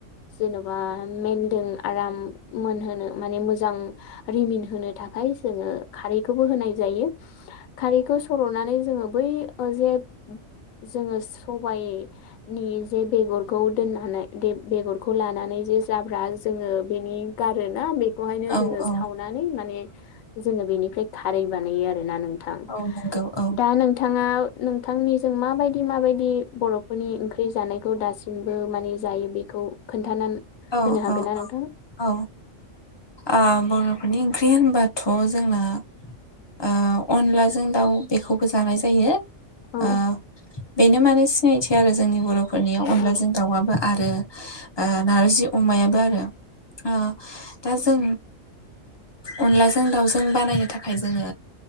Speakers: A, on the left; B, on the left.
A: जेन'बा मेेनदों आराम मोनहोनो माने मोजां रिमिन होनो थाखाय जोङो खारैखौबो होनाय जायो। खारैखौ सर'नानै जोङो बै जे जोङो सबाइनि जे बेगरखौ दोननानै बेगरखौ लानानै जे जाब्रा जोङो बेनि गारोना बे बेखौहायनो
B: औ
A: जोङो
B: औ
A: सावनानै माने जोङो बेनिफ्राय खारै बानायो आरोना नों थां
B: औ नंगौ औ
A: दा नोंथां नोंथाङा नोंथांनिजों माबायदि माबायदि बर'फोरनि ओंख्रि जानाय खौ दासिमबो माने जायो बेखौ खोन्थानानै
B: औ
A: होनो हागोन
B: औ
A: ना नोंथां
B: औ औ ओ बर'फोरनि ओंख्रि होनबाथ' जोंना ओ अनलाजों दाउ बेखौबो जानाय जायो। <inaudible>
A: औ
B: ओ बेनो माने सिनायथि आरो जोंनि बर'फोरनियाव अनलाजों
A: औ
B: दाउआबो आरो आ नारजि अमायाबो आरो ओ दा जों अनलाजों दाउजों बानायनो थाखाय जोङो